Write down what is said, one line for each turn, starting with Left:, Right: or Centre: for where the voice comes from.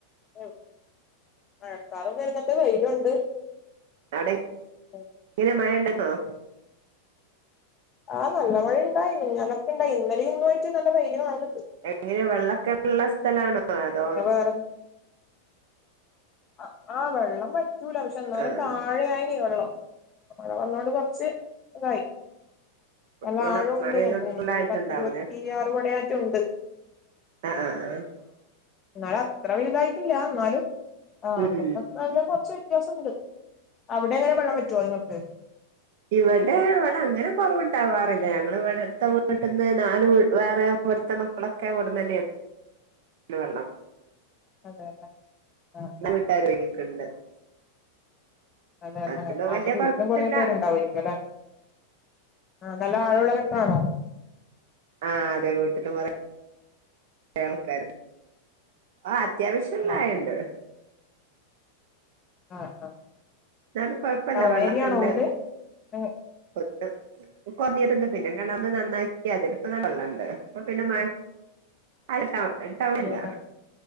Left: ഉം മഴക്കാറും വെര്ന്നുണ്ട് വെയിലുണ്ട്
Right: അവടെ
Left: ഉം
Right: ങ്ങനെ മഴ ണ്ടപ്പം
Left: ആഹ് നല്ല മഴണ്ടായി മിഞ്ഞാന്നൊക്കെ ഇണ്ടായി ഇന്നലേം ഇന്നു ആയിട്ട് നല്ല വെയില് കാണ്ന്ന്ണ്ട്
Right: ങ്ങനെ വെള്ളക്കെള്ളെ സ്ഥലാണോ അതോ
Left: പിന്നെ വേറെ ആഹ് ആഹ് വെള്ളം വറ്റൂല പക്ഷെ ന്നാലും
Right: ആഹ്
Left: താഴെ ആയിനി വെള്ളം മഴ വന്നോണ്ട് കൊർച്ച് തായി നല്ല
Right: വെള്ളം
Left: ആഴുണ്ട്
Right: മഴ പെയ്തോണ്ട്
Left: കെൺറിന്
Right: ഫുള്ളായിട്ടുണ്ടാവൂലേ
Left: ഒരു പത്തിരുപത്തിയാറ് കൊടെറ്റെ ഉണ്ട്
Right: ആഹ് ആഹ് ആഹ്
Left: ന്നാലും അത്ര വെൽതായിറ്റില്ല ന്നാലും ആഹ്
Right: ഉം
Left: അന്നത്തെക്കാളിലും
Right: ഉം
Left: കൊർച്ച് വ്യത്യാസുണ്ട് അവടെങ്ങനെ വെള്ളം വറ്റോ നിങ്ങക്ക്
Right: ഇവടെ വെള്ളം അങ്ങനെ കൊറവ്ണ്ടാവാറില്ല ഞങ്ങള് വ്ടെത്തെ വീട്ട്ന്ന് നാല് വീ വേറെ ഇവ്ട്ത്തെ മക്കളൊക്കൊ ഇവ്ട്ന്നെന്നെണ് <unintelligible> വെള്ളം
Left: അതെല്ലേ ആഹ് ആഹ്
Right: <unintelligible>
Left: അതെല്ലെ
Right: അതുകൊണ്ട്
Left: അവടെ
Right: വലിയ
Left: വീട്ടിലും
Right: കുഴപ്പമില്ല
Left: കൊറേ പേരുണ്ടാവേരിക്കു ലെ ആഹ് നല്ല ആഴുള്ള കെണറാണോ
Right: ആഹ് അതെ വീട്ടിലും കൊറെ റേ ആൾക്കാ ഓ അത്യാവശ്യള്ളായണ്ട്
Left: ആഹ് ആഹ് ആഹ്
Right: ന്നാലും കൊഴപ്പല്ല
Left: ടൗൺ
Right: വെള്ളക്കെണ്ട്
Left: ഏരിയ ആണോ വീട് ഏഹ്
Right: <unintelligible> കൊർഞ്ഞിട്ട്ണ്ട് പിന്നെ കെണറിനെ നെന്നാക്കി അതില് പ്പ നല്ലള്ളണ്ട് പ്പ പിന്നെ മഴ അല്ല ടൗ ടൗണല്ല
Left: അതെല്ലേ